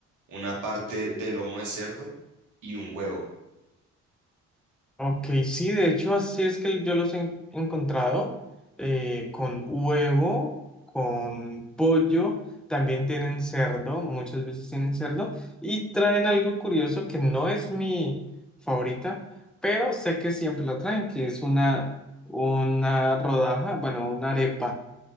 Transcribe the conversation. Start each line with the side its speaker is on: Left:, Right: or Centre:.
Right: una parte de lomo de cerdo y un huevo.
Centre: Ok, sí, de hecho así es que yo los he encontrado eh, con huevo, con pollo, también tienen cerdo, muchas veces tienen cerdo y traen algo curioso que no es mi favorita, pero sé que siempre lo traen, que es una, una rodaja, bueno, una arepa